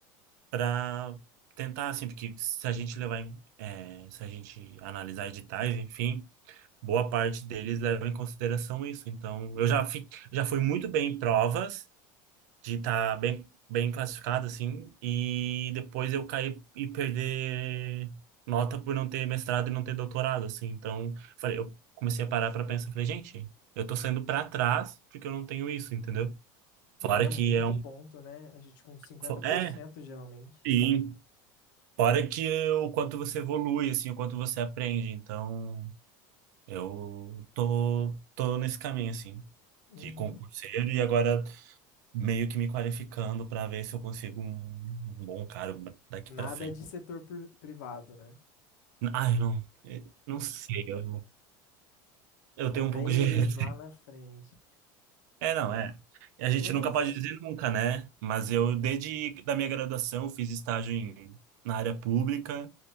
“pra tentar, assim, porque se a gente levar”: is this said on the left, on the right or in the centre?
Right